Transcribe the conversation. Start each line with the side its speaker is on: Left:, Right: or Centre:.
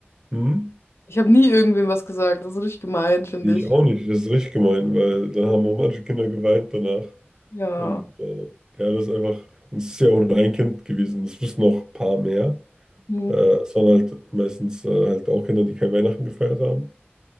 Right: Hm?
Left: Ich habe nie irgendwem was gesagt. Das ist richtig gemein, finde
Right: Nee, ich
Left: ich.
Right: auch nicht. Das ist richtig gemein, weil dann haben auch manche Kinder geweint danach.
Left: Ja.
Right: Und äh, ja, das ist einfach, und es ist ja auch nur ein Kind gewesen. Es wissen noch ein paar mehr.
Left: Mhm.
Right: Äh, es waren halt meistens äh, halt auch Kinder, die kein Weihnachten gefeiert haben.